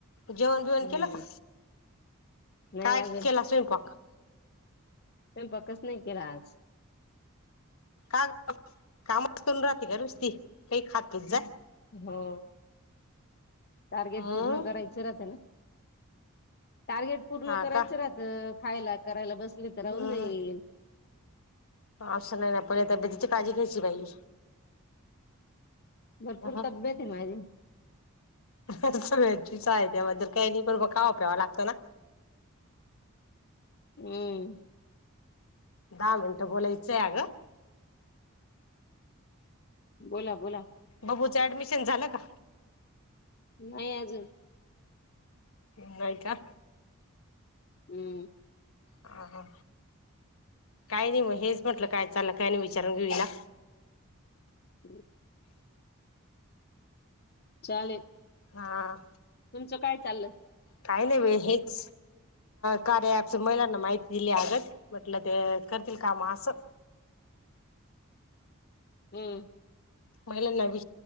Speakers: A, on the left; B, on the left.
A: जेवण बिवण
B: हम्म
A: केलं का?
B: नाही
A: काय
B: अजून
A: केला स्वयंपाक?
B: <unintelligible> नाही. केला आज.
A: <unintelligible> कामच करून राहती का नुसती? काही खात पित जा.
B: हो. टार्गेट
A: हम्म
B: पूर्ण करायचं राहतं ना? टार्गेट पूर्ण
A: हा
B: करायचं
A: का
B: राहतं. खायला करायला बस ली तर राहून
A: हम्म
B: जाईल.
A: असं नाही ना पण या तब्येतीची काळजी घ्यायची बाई.
B: भरपूर
A: ह
B: तब्येत आहे माझी.
A: <unintelligible> त्याबद्दल काही नाही पण खावं प्यावं लागतं ना?
B: हम्म.
A: दहा मिनिटं बोलायचं आहे अगं.
B: बोला बोला.
A: <unintelligible> ऍडमिशन झालं का?
B: नाही अजून.
A: होय का?
B: हम्म.
A: हां हां काही नाही म हेच म्हंटलं काय चाललं काय नाही विचारून घेऊया?
B: हम्म. चालेल.
A: हां.
B: तुमचं काय चाललं?
A: काही नाही बाई हेच कार्याच महिलांना माहिती दिली आगत म्हटलं ते करतील काम असं.
B: हम्म.
A: महिला नवी